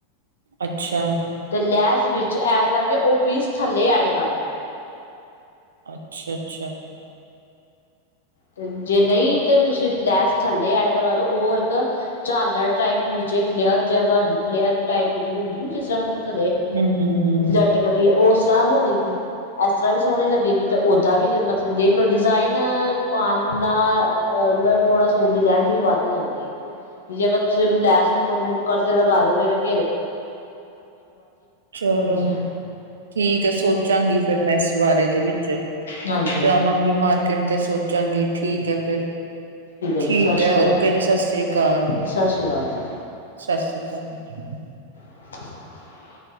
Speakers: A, on the right; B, on the left.
A: ਅੱਛਾ
B: ਅਤੇ ਲੈਸ ਵਿੱਚ ਐਡ ਕਰਕੇ ਉਹ ਪੀਸ ਥੱਲੇ ਐਡ ਕਰ ਦਿਉ।
A: ਅੱਛਾ ਅੱਛਾ
B: ਤੇ ਜੇ ਨਹੀਂ ਤੇ, ਤੁਸੀਂ ਲੈਸ ਥੱਲੇ ਐਡ ਕਰਵਾ ਦਿਉ, ਉਹ ਇੱਕ ਝਾਲਰ ਟਾਈਪ ਨੀਚੇ ਫਲੇਅਰ ਜਿਆ ਬਣਦੀ ਫਲੇਅਰ ਟਾਈਪ ਜਿਹੜੀ ਹੁੰਦੀ, ਜਿਸ ਤਰ੍ਹਾਂ ਮਤਲਬ ਥੱਲੇ
A: ਹੂੰ ਹੂੰ ਹੂੰ
B: ਲਟਕਦੀ ਉਸ ਇਸ ਤਰ੍ਹਾਂ ਹੋ ਜਾਵੇਗੀ ਐਸ ਤਰ੍ਹਾਂ ਵੀ ਸੋਹਣੇ ਲੱਗੇਗੀ ਤਾਂ ਓਦਾਂ ਵੀ ਮਤਲਬ ਡਿਜ਼ਾਇਨ ਪਾਨਾ ਲਬ ਥੋੜ੍ਹਾ ਸੂਟ ਦੀ ਲੈਂਥ ਵੀ ਵੱਧ ਜਾਂਦੀ ਹੈ ਵੀ, ਜੇ ਅਗਰ ਤੁਸੀਂ ਉਹਨੂੰ ਲੈਸ ਮੁੱਕ ਨੁੱਕਰ ਤੇ ਲਗਾ ਲੋਗੇ
A: ਚਲੋ
B: ਥੋੜ੍ਹੀ ਜਿਹੀ
A: ਠੀਕ ਹੈ। ਸੋਚਾਂਗੀ ਫਿਰ ਮੈਂ, ਇਸ ਬਾਰੇ ਦੇ ਵਿੱਚ
B: ਹਾਂਜੀ
A: ਜਾਵਾਂਗੀ ਮਾਰਕਿਟ ਤੇ ਸੋਚਾਂਗੀ ਠੀਕ ਹੈ, ਫੇਰ ਠੀਕ
B: ਜੀ ਸਤਿ ਸ਼੍ਰੀ
A: ਹੈ।
B: ਅਕਾਲ
A: ਓਕੇ ਜੀ। ਸਤਿ ਸ੍ਰੀ ਅਕਾਲ।
B: ਸਤਿ ਸ਼੍ਰੀ ਅਕਾਲ ਜੀ
A: ਸਤਿ ਸ੍ਰੀ ਅਕਾਲ।
B: <unintelligible>